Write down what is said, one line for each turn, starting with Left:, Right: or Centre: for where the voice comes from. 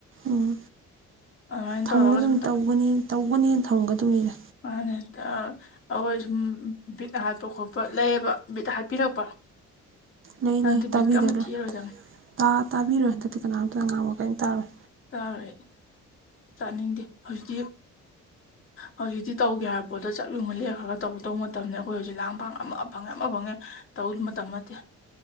Right: ꯎꯝ
Left: ꯑꯗꯨꯃꯥꯏꯅ
Right: ꯊꯝꯒꯗꯕꯅꯤ
Left: ꯇꯧꯔꯒ ꯁꯨꯝ
Right: ꯇꯧꯒꯅꯤ ꯇꯧꯒꯅꯦꯅ ꯊꯝꯒꯗꯕꯅꯤꯅ
Left: ꯃꯥꯅꯦ ꯍꯦꯛꯇꯥ ꯑꯈꯣꯏ ꯁꯨꯝ ꯕꯤꯠ ꯍꯥꯠꯄ ꯈꯣꯠꯄ ꯂꯩꯌꯦꯕ ꯕꯤꯠ ꯍꯥꯠꯄꯤꯔꯛꯄ
Right: ꯂꯩ
Left: ꯑꯗꯨꯗꯤ
Right: ꯂꯩ ꯇꯥꯕꯤꯗꯕ
Left: ꯕꯤꯠꯀ ꯑꯃ ꯇꯦꯛꯑꯔꯣꯏꯗꯕꯅꯤ
Right: ꯂꯩ ꯇꯥ ꯇꯥꯕꯤꯔꯣꯏ ꯍꯟꯗꯛꯇꯤ ꯀꯅꯥꯝꯇꯅ ꯉꯥꯡꯕ ꯀꯩꯝ ꯇꯥꯔꯣꯏ
Left: ꯇꯥꯔꯣꯏ ꯑꯩ ꯇꯥꯅꯤꯡꯗꯦ ꯍꯧꯖꯤꯛꯇꯤ ꯍꯧꯖꯤꯛꯇꯤ ꯇꯧꯒꯦ ꯍꯥꯏꯕ ꯄꯣꯠꯇꯣ ꯆꯞ ꯌꯨꯡꯅ ꯂꯦꯈ꯭ꯔꯒ ꯇꯧ ꯗꯧ ꯃꯇꯝꯗ ꯑꯩꯈꯣꯏ ꯍꯧꯖꯤꯛ ꯂꯥꯡ ꯄꯥꯡ ꯑꯃ ꯐꯪꯉꯦ ꯑꯃ ꯐꯪꯉꯦ ꯇꯧ ꯃꯇꯝ ꯆꯠꯇꯦ